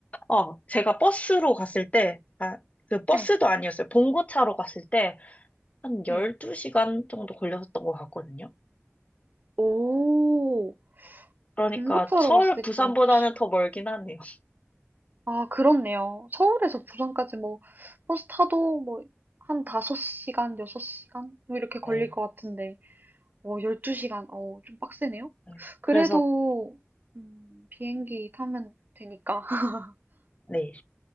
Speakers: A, on the left (about 30°); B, on the right (about 40°).
A: 어, 제가 버스로 갔을 때, 아, 그 버스도
B: 네.
A: 아니었어요. 봉고차로 갔을 때 한 12시간
B: 네.
A: 정도 걸렸던 것 같거든요.
B: 오.
A: 그러니까
B: 봉고차로
A: 서울,
B: 갔을
A: 부산보다는
B: 때 열두 시간
A: 더 멀긴 하네요.
B: 아, 그렇네요. 서울에서 부산까지 뭐, 버스 타도 뭐, 한 5시간, 6시간? 뭐 이렇게 걸릴
A: 네.
B: 것 같은데, 어, 12시간, 어, 좀 빡세네요?
A: 네.
B: 그래도,
A: 그래서,
B: 음, 비행기 타면 되니까. <laughs>
A: 네.